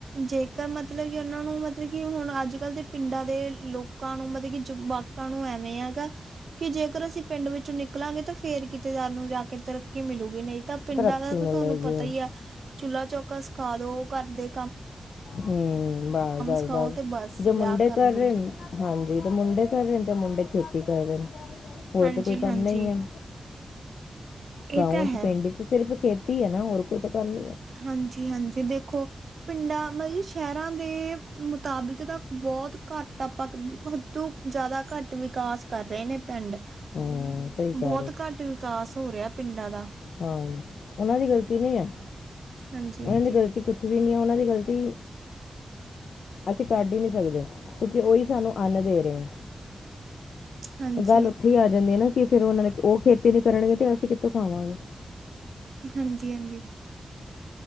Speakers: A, on the right (about 50°); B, on the left (about 80°).
A: ਜੇਕਰ, ਮਤਲਬ ਕਿ ਉਹਨਾਂ ਨੂੰ, ਮਤਲਬ ਕਿ ਹੁਣ ਅੱਜ ਕੱਲ ਦੇ। ਪਿੰਡਾਂ ਦੇ ਲੋਕਾਂ ਨੂੰ, ਮਤਲਬ ਕਿ ਜੰਬਾਕਾਂ ਨੂੰ, ਐਵੇਂ ਹੈਗਾ। ਕਿ ਜੇਕਰ ਅਸੀਂ ਪਿੰਡ ਵਿੱਚ ਨਿਕਲਾਂਗੇ ਤਾਂ ਫਿਰ ਕਿਤੇ ਸਾਨੂੰ ਜਾ ਕੇ ਤਰੱਕੀ ਮਿਲੂਗੀ, ਨਹੀਂ? ਤਾਂ ਪਿੰਡਾਂ
B: ਤਰੱਕੀ
A: ਦਾ ਤਾਂ
B: ਮਿਲੇਗੀ
A: ਤੁਹਾਨੂੰ ਪਤਾ
B: ਹੂੰ
A: ਹੀ ਆ, ਚੁੱਲਾ ਚੌਕਾ ਸਿਖਾ ਦੋ, ਓ ਕਰਦੇ।
B: ਹੂੰ, ਬਸ ਬਸ
A: ਸਿਖਾਓ
B: ਬਸ,
A: ਤੇ
B: ਜੋ ਮੁੰਡੇ
A: ਵਿਆਹ
B: ਕਰ
A: ਲੋ
B: ਰਹੇ।
A: ਜੀ
B: ਹਾਂਜੀ, ਤੇ ਮੁੰਡੇ ਕਰ ਰੇ ਨ ਤੇ ਮੁੰਡੇ ਖੇਤੀ ਕਰ ਰੇ ਨ, ਹੋਰ
A: ਹਾਂਜੀ
B: ਤੇ ਕੋਈ ਕੰਮ
A: ਹਾਂਜੀ
B: ਨਹੀਂ ਹੈ।
A: ਇਹ
B: ਗਾਵਾਂ
A: ਤਾਂ
B: 'ਚ,
A: ਹੈ
B: ਪਿੰਡ 'ਚ ਸਿਰਫ਼ ਖੇਤੀ ਹੈ ਨਾ, ਹੋਰ ਕੋਈ ਤੇ ਕੰਮ
A: ਹਾਂਜੀ, ਹਾਂਜੀ, ਦੇਖੋ। ਪਿੰਡਾਂ ਮਤਲਬ ਸ਼ਹਿਰਾਂ ਦੇ ਮੁਤਾਬਿਕ ਤਾਂ ਬੌਤ ਘੱਟ। ਤਾਪਾਂ ਤੂੰ ਜ਼ਿਆਦਾ ਘੱਟ ਵਿਕਾਸ ਕਰ ਰੇ ਨੇ ਪਿੰਡ।
B: ਹੂੰ ਸਹੀ ਕਿਹਾ।
A: ਬਹੁਤ ਘੱਟ ਵਿਕਾਸ ਹੋ ਰਿਹਾ ਪਿੰਡਾਂ ਦਾ।
B: ਹਾਂ, ਉਹਨਾਂ ਦੀ ਗ਼ਲਤੀ ਨਹੀਂ ਹੈ।
A: ਹਾਂਜੀ-ਹਾਂਜੀ।
B: ਉਹਨਾਂ ਦੀ ਗ਼ਲਤੀ ਕੁਛ ਵੀ ਨਹੀਂ ਹੈ, ਉਹਨਾਂ ਦੀ ਗ਼ਲਤੀ। ਅਸੀਂ ਕੱਢ ਹੀ ਨਹੀਂ ਸਕਦੇ, ਕਿਉਂਕਿ ਉਹੀ ਸਾਨੂੰ ਅੰਨ ਦੇ ਰਹੇ ਨੇ।
A: ਹਾਂਜੀ,
B: ਗੱਲ ਉੱਥੇ ਹੀ ਆ ਜਾਂਦੀ ਹੈ ਨਾ ਕਿ ਫਿਰ ਉਹ ਖੇਤੀ ਨਹੀਂ ਕਰਨਗੇ, ਤੇ ਅਸੀਂ ਕਿੱਥੋਂ ਖਾਵਾਂਗੇ?
A: ਹਾਂਜੀ ਹਾਂਜੀ।